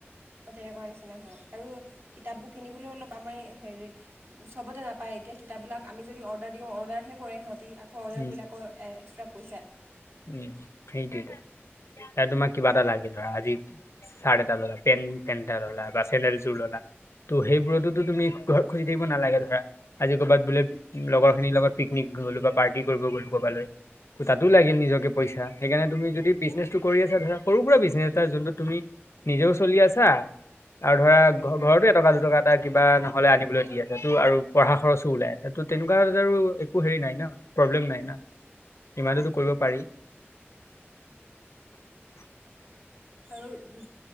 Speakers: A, on the right; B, on the left.
A: তেনেকুৱা নিচিনা আৰু কিতাপবোৰ কিনিবলৈ অলপ আমাৰ হেৰি চবতে নাপায় এতিয়া কিতাপবিলাক আমি যদি অৰ্ডাৰ দিওঁ অৰ্ডাৰহে কৰে সিহঁত আকৌ অৰ্ডাৰ
B: উম
A: কৰিলে আকৌ এক্সট্ৰা পইচা৷
B: উম সেইটোৱেইটো। এতিয়া তোমাক কিবা এটা লাগে ধৰা আজি চাৰ্ট এটা ললা পেণ পেণ্ট এটা ললা বা চেন্দেল এজোৰ ললা ত' সেইবোৰতটো তুমি ঘৰত খুজি থাকিব নালাগে ধৰা। আজি ক'বাত বোলে লগৰ খিনিৰ লগত পিকনিক গ'লো বা পাৰ্টি কৰিব গ'লো ক'বালৈ ত তাতো লাগিল নি পইচা, সেইকাৰণে তুমি যদি বিজনেছটো কৰি আছা ধৰা সৰু সুৰা বিজনেছ এটা যোনটো তুমি নিজেও চলি আছা আৰু ধৰা ঘ ঘৰতো এটকা দুটকা এটা কিবা নহলে আনিবলৈ দি আছা টু আৰু পঢ়া খৰচো ওলাই আছে৷ এতো তেনেকুৱাত আৰু একো হেৰি নাই ন প্ৰব্লেম না ইমানতটো কৰিব পাৰি। <inaudible>
A: আৰু